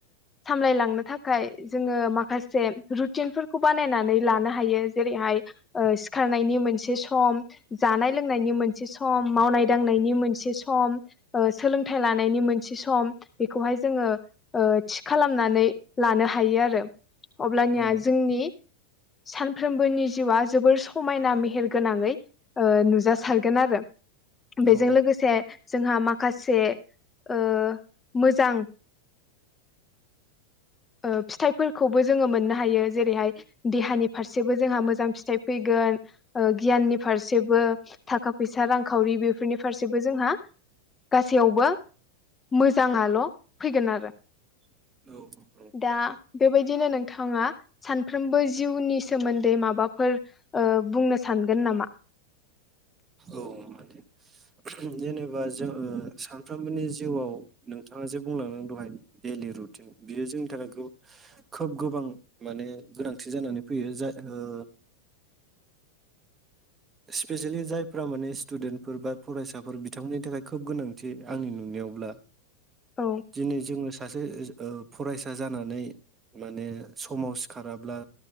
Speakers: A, on the left (about 15°); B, on the right (about 20°).
A: सामलायलांनो थाखाय जोङो माखासे रुटिनफोरखौ बानायनानै लानो हायो जेरै हाय ओ सिखारनायनि मोनसे सम जानाय लोंनायनि मोनसे सम मावनाय दांनायनि मोनसे सम ओ सोलोंथाइ लानायनि मोन से सम बेखौहाय जोङो ओ थि खालामनानै लानो हायो आरो अब्लानिया
B: औ
A: जोंनि सानफ्रोमबोनि जिउआ जोबोर समायना मेहेर गोनाङै ओ नुजासारगोन आरो बेजों
B: औ
A: लोगोसे जोंहा माखासे ओ मोजां ओ फिथाइफोर खौबो जोङो मोननो जेरैहाय देहानि फारसेबो जोंहा मोजां फिथाय फैगोन ओ गिया याननि फारसेबो थाखा फैसा रांखावरि बेफोरनि फारसेबो जोंहा गासैयावबो मोजाङाल' फैगोन आरो
B: औ
A: दा बेबायदिनो नोंथाङा सानफ्रोमबो जिउनि सोमोन्दै मा बाफोर ओ बुंनो सानगोन नामा
B: औ माने जेनेबा जों सानफ्रोमबोनि जिउआव नोंथाङा जे बुंलांदों दहाय दैलि रुटिन बियो जोंनि थाखाय खोब गोबां माने गोनांथि जानानै फैयो जाय ओ
A: <inaudible>
B: स्पेसियेलि जायफ्रा माने स्टुडेन्टफोर बा फरायसाफोर बिथांमोननि थाखाय खोब गोनांथि आंनि नुना यावब्ला
A: औ
B: दिनै जोङो सासे ओ फरायसा जानानै माने समाव सिखाराब्ला